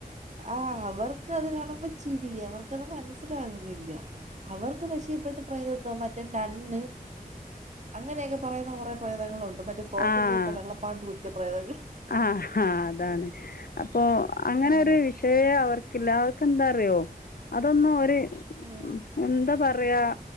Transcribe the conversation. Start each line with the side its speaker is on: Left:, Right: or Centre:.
Right: ആഹ് അവർക്ക് അത് കാണുമ്പോ മ്പോ ചിരി അവർക്കത് മനസ്സിലാകുന്നില്ല അവർക്ക് പക്ഷേ ഇപ്പോഴത്തെ പ്രേതം എന്തോ മറ്റ് കണ്ണ് അങ്ങനെയൊക്കെ പറയുന്ന കുറെേ പ്രേതങ്ങളുണ്ട് മറ്റേ ഫ്രോക്കൊക്കെ
Left: ആഹ്
Right: ഇട്ട വെള്ളപ്പാണ്ട് പിടിച്ച പ്രേതങ്ങൾ
Left: ആഹ് ആ അതാണ് അപ്പൊ അങ്ങനെ
Right: ആഹ്
Left: ഒരു വിഷയേ അവർക്കില്ല എന്താ അറിയോ അതൊന്നും ഓര്
Right: ഉം.
Left: എന്താ പറ പറയവാ